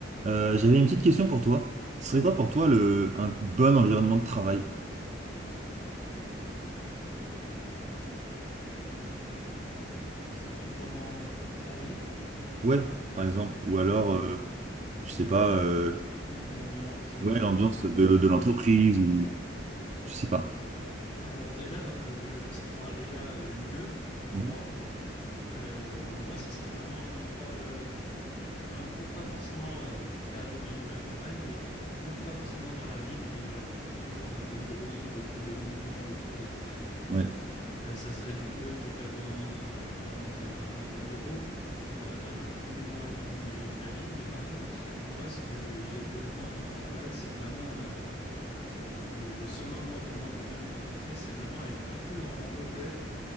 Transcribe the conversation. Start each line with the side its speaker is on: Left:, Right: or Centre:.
Right: Euh, j'avais une petite question pour toi. Ce serait quoi pour toi le, un bon environnement de travail?
Left: On se situe pendant pour travailler
Right: Ouais, par exemple. Ou alors,
Left: ou,
Right: euh, je sais pas, euh,
Left: ou plus l'ambiance, le,
Right: ouais, l'ambiance
Left: le-
Right: de, de l'entreprise ou je sais pas.
Left: Alors, alors déjà, le- le- le- si on parle déjà euh, lieu, endroit,
Right: Mhm.
Left: euh, moi, ça serait vraiment un endroit, euh, un peu- pas forcément euh, perdu au milieu de la campagne, mais plus pas forcément dans la ville où il y a toujours un peu de bruit, beaucoup de mouvements autour, etc.
Right: Ouais,
Left: Euh, ça serait du coup ouais, peut-être euh, dans, dans un, dans un, dans des bureaux euh, un peu plus loin du, de la ville. Mais par contre, moi, ce que j'ai besoin quand je travaille, c'est vraiment euh, le, le summum, moi, pour moi, pour bien me concentrer, c'est vraiment être un peu en hauteur